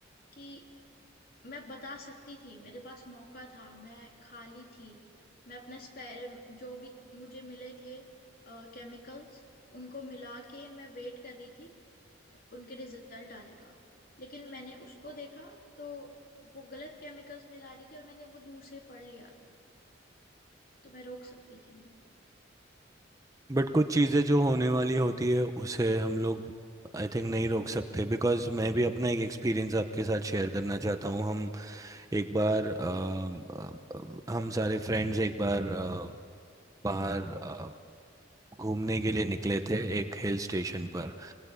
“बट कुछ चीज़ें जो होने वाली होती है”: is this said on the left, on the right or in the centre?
Right